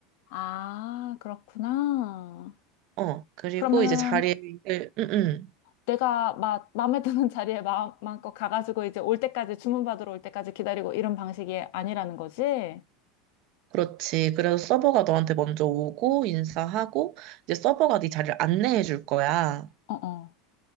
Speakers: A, on the left; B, on the right.
A: 아, 그렇구나.
B: 어, 그리고
A: 그러면은
B: 이제 자리를, 응, 응.
A: 내가 막 마음에 드는 <laughs> 자리에 마, 마음껏 가가지고 이제 올 때까지 주문받으러 올 때까지 기다리고 이런 방식이 아니라는 거지?
B: 그렇지. 그래서 서버가 너한테 먼저 오고, 인사하고, 이제 서버가 네 자리를 안내해 줄 거야.
A: 어, 어.